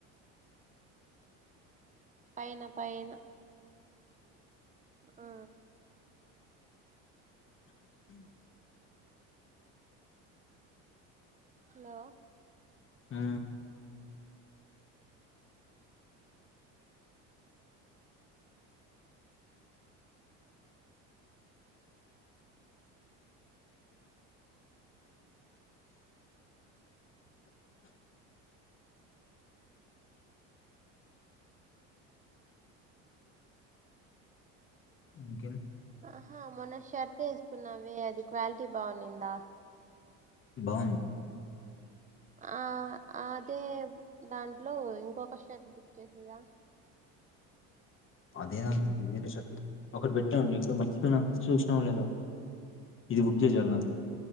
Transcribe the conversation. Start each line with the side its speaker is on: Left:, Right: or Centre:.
Right: పైన పైన ఆ హలో
Left: ఆ ఇంకేను
Right: ఆహా మొన్న షర్ట్ కున్నావే అది క్వాలిటీ బాగున్నిందా
Left: బావున్
Right: ఆ అ అదే దాంట్లో ఇంకొక ట్ బుక్ చేసేదా
Left: అదేదంత వేరే షట్టు ఒకటి పెట్టామండి ఇప్పుడు మర్చిపోయిన చూసినావు లేద ఇది ఉగ్గే చాలు నాకి